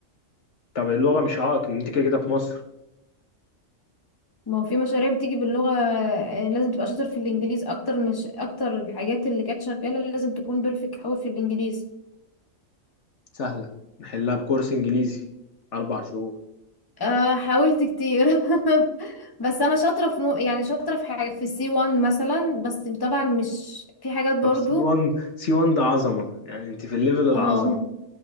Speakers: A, on the left (about 65°); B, on the left (about 20°).
A: طب اللغه مش عائق ان انت كده كده في مصر
B: ما هو في مشاريع بتيجي باللغة آه، لازم تبقى شاطر في الانجليز اكتر مش اكتر الحاجات اللي كانت شغالة لازم تكون بيرفكت قوي في الانجليز
A: سهله نحلها بكورس انجليزي اربع شهور
B: أه حاولت كتير <laughs> بس انا شاطرة في نوع يعني شاطرة في حاجة في السي 1 مثلا بس طبعا مش في حاجات برضو
A: طب سي 1 سي 1 ده عظمه يعني انت في الليفل العظمه
B: اه